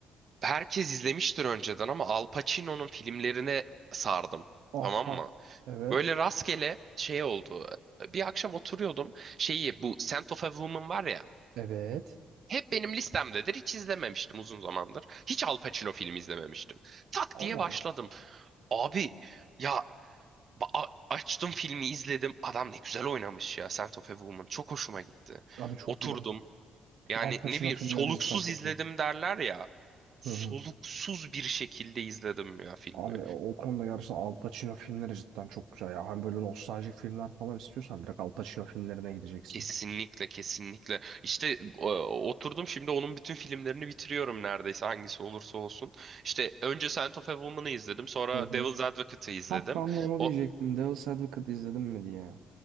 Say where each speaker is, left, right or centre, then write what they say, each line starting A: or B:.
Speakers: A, on the right; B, on the right.
A: herkes izlemiştir önceden ama Al Pacino'nun filmlerine sardım.
B: Aha.
A: Tamam mı?
B: Evet.
A: Böyle rastgele şey oldu. Bir akşam oturuyordum. Şeyi bu Scent of a Woman var ya.
B: Evet.
A: Hep benim listemdedir. Hiç izlememiştim uzun zamandır. Hiç Al Pacino filmi izlememiştim. Tak
B: Allah
A: diye başladım.
B: Allah.
A: Abi ya ba- a- açtım filmi izledim. Adam ne güzel oynamış ya Scent of a Woman. Çok hoşuma gitti.
B: Abi çok
A: Oturdum.
B: güzel.
A: Yani
B: Al Pacino
A: ne bileyim
B: filmleri
A: soluksuz
B: cidden çok
A: izledim
B: iyi.
A: derler ya. Soluksuz
B: Hı hı.
A: bir şekilde izledim ya filmi.
B: Abi o o konuda gerçekten Al Pacino filmleri cidden çok güzel ya. Hani böyle nostaljik filmler falan istiyorsan direkt Al Pacino filmlerine gideceksin.
A: Kesinlikle kesinlikle. İşte e, oturdum şimdi onun bütün filmlerini bitiriyorum neredeyse hangisi olursa olsun. İşte önce Scent of a Woman'ı izledim, sonra
B: Hı hı.
A: Devil's Advocate'ı izledim.
B: Hah ben de onu
A: O
B: diyecektim. Devil's Advocate izledim mi diye.